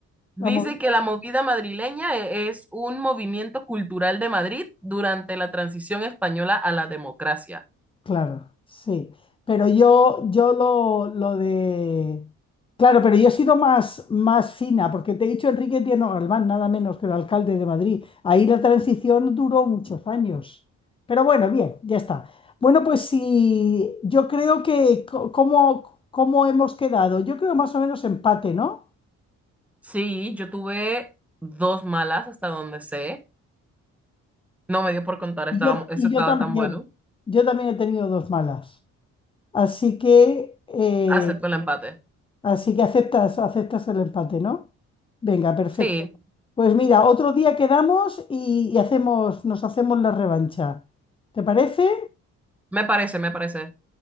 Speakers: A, in the centre; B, on the left.
A: Dice
B: Vamos,
A: que la movida madrileña e- es un movimiento cultural de Madrid durante la transición española a la democracia.
B: claro, sí. Pero yo, yo lo, lo de... Claro, pero yo he sido más, más fina, porque te he dicho Enrique Tierno Galván, nada menos que el alcalde de Madrid. Ahí la transición duró muchos años. Pero bueno, bien, ya está. Bueno, pues sí, yo creo que... co- ¿Cómo, cómo hemos quedado? Yo creo más o menos empate, ¿no?
A: Sí, yo tuve dos malas hasta donde sé. No me dio por contar,
B: Y
A: estaba,
B: yo,
A: eso
B: y
A: estaba
B: yo también.
A: tan bueno.
B: Yo también he tenido dos malas. Así que, eh,
A: Acepto el empate.
B: así que aceptas, aceptas el empate, ¿no? Venga, perfecto.
A: Sí,
B: Pues mira, otro día quedamos y, y hacemos, nos hacemos la revancha. ¿Te parece?
A: me parece, me parece.